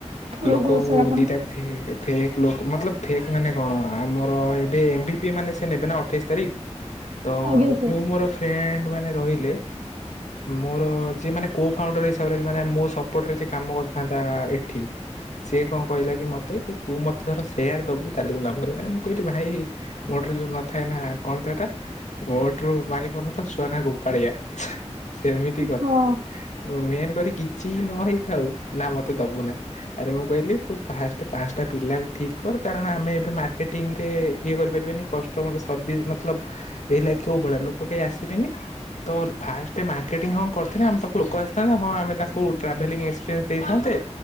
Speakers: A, on the left; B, on the right.
A: ଲୋକ
B: ଓହୋ ସାର୍ ଆପଣ
A: ଦିଟା ଫେକ୍ ଫେକ୍ ଲୋକ ମାତଲବ ଫେକ୍ ମାନେ କଣ ଆମର ଏବେ ଏଭି ପି ମାନେ ସେ ନେବେ ନା ଅଠେଇଶି ତାରିଖ। ତ
B: ଆଜ୍ଞା ସାର୍
A: ଯୋଉ ମୋର ଫ୍ରେଣ୍ଡ ମାନେ ରହିଲେ ମୋର ଯିଏ ମାନେ କୋ ଫାଉଣ୍ଡର ହିସାବରେ ମାନେ ମୋ ସପୋର୍ଟରେ ଯେ କାମ କରିଥାନ୍ତା ଏଠି। ସିଏ କଣ କହିଲା କି ମତେ କି ତୁ ମତେ ଧର ସେଆର ଦବୁ ତାହାଲେ ମୁଁ କାମ କରିବ ଆରେ ମୁଁ କହିଲି ଭାଇ ଗୋଟରେ ଯୋଉ ନଥାଏ ନା କଣ ଥାଏ ଏଟା ମୋଟୁ ମାଇପ ନଥାଉ ଛୁଆ ନା ଗୋପାଳିଆ ସେମିତି କଥା।
B: ହଁ
A: ମେନ୍ କରି କିଛି ନ ହେଇଥାଉ ନା ମତେ ଦବୁ ନା। ଆରେ ମୁଁ କହିଲି ତୁ ଫାଷ୍ଟ୍ ପାଞ୍ଚଟା ପିଲାକୁ ଠିକ୍ କର କାରଣ ଆମେ ଏବେ ମାର୍କେଟିଂ ରେ ଇଏ କରିପାରିବାନି। କଷ୍ଟମର ସର୍ଭିସ୍ ମତ ଲବ୍ ଏଈ ଲେ କେଉଁ ଭଳିଆ ଲୋକ କେହି ଆସିବେନି। ତ ଫାଷ୍ଟ ମାର୍କେଟିଂ ହଁ କରିଥିଲେ ଆମ ପାଖରେ ଲୋକ ଆସିଥାନ୍ତେ ହଁ ଆମେ ତାଙ୍କୁ ଟ୍ରାଭେଲିଂ ଏକ୍ସପିରିଏନ୍ସ ଦେଇଥାନ୍ତେ।